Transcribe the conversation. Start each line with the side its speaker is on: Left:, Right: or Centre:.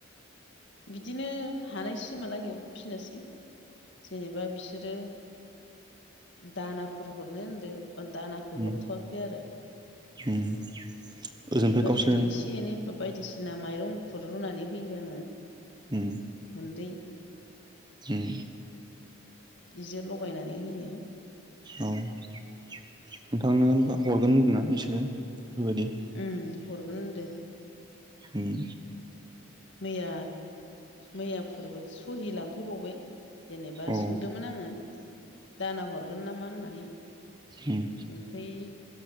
Left: बिदिनो हानाय सिमालागै फिनोसै जेनेबा बिसोरो दानाफोर हरनो होनदो दानाखौ
Right: उम
Left: हरथ'वाखै आरो।
Right: उम ओजोंनिफ्राय
Left: हरोबा
Right: गावसोर
Left: जुदि इ से एनै बायदिसिना माइरं एंखुर रुनानै होयो आङो।
Right: उम
Left: गुन्दै
Right: उम।
Left: बिजो लगायनानै होयो।
Right: औ नोंथांनो होनबा हरगोन होनदों ना बिसोरो बेफोरबायदि?
Left: उम हरगोन होनदो।
Right: उम।
Left: मैया मैया फोरबो सहि लांफैबावबाय जेनेबा
Right: औ
Left: सोंदोमोन आङो दाना हरगोन नामा होननानै।
Right: उम।
Left: ओमफ्राय